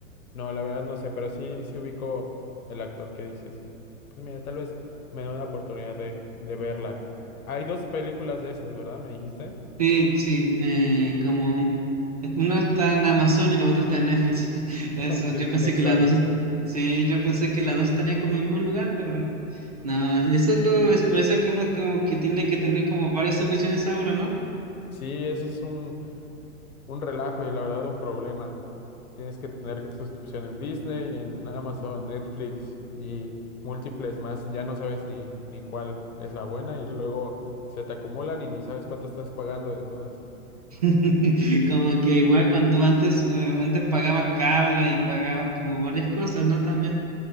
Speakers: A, on the left (about 75°); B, on the right (about 30°).
A: No, la verdad no sé, pero sí, sí ubico el actor que dices. Pues mira, tal vez me da una oportunidad de, de verla. Hay dos películas de esas, ¿verdad? Me dijiste.
B: Sí, sí, eh, como un, una está en Amazon y la otra está en Netflix. <laughs> Eso,
A: <laughs> Qué,
B: yo pensé
A: qué extraño.
B: que las dos, est- sí, yo pensé que las dos estarían como en el mismo lugar, pero no, eso es, lo, es por eso que uno como que tiene que tener como varias opciones ahora, ¿no?
A: Sí, eso es un, un relajo y la verdad un problema. Tienes que tener suscripción en Disney, en Amazon, Netflix y múltiples más. Ya no sabes ni, ni cuál es la buena y luego se te acumulan y ni sabes cuánto estás pagando de todas.
B: <laughs> Como que igual cuando antes, eh, antes pagaba cable y pagabas como varias cosas, ¿no? También.